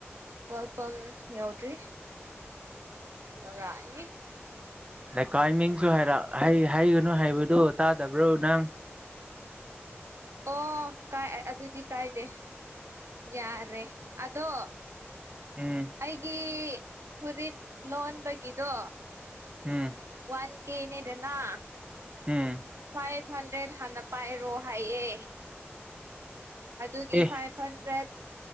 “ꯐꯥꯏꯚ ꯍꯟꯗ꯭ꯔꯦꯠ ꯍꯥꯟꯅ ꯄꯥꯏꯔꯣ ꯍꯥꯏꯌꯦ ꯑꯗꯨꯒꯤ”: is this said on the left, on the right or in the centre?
Right